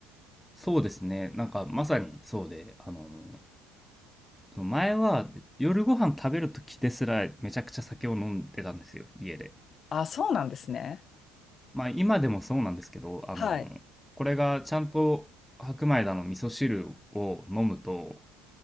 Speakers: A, in the centre; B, on the left (about 35°).
A: そうですねなんかまさにそうであのその前は夜ご飯食べる時ですらめちゃくちゃ酒を飲んでたんですよ家で
B: あ、そうなんですね。
A: まあ今でもそうなんですけど、あの、
B: はい。
A: これがちゃんと白米だの味噌汁を飲むと、